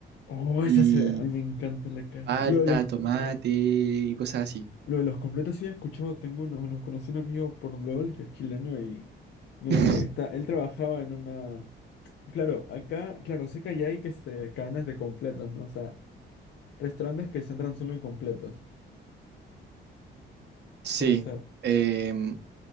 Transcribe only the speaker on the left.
Oh, esa
se ve. A mí me encanta la carne.
Lo de los
Lo de los completos sí he escuchado, tengo uno, bueno, conocí un amigo por LOL que es chileno y me
está, él trabajaba en una, claro, acá, claro, sé que allá hay que este, cadenas de completos, ¿no? O sea, restaurantes que se entran solo en completos.
Puede ser.